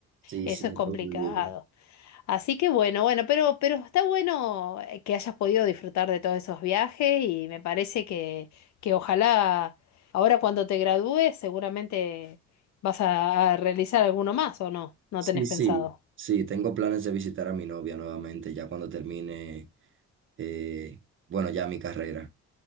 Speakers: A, on the right; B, on the left.
A: Sí,
B: eso
A: sí,
B: es complicado.
A: todo un lío.
B: Así que bueno, bueno, pero, pero está bueno eh, que hayas podido disfrutar de todos esos viajes y me parece que, que ojalá ahora cuando te gradúes seguramente vas a, a realizar alguno más o no, no
A: Sí,
B: tenés
A: sí,
B: pensado.
A: sí, tengo planes de visitar a mi novia nuevamente ya cuando termine, eh, bueno, ya mi carrera.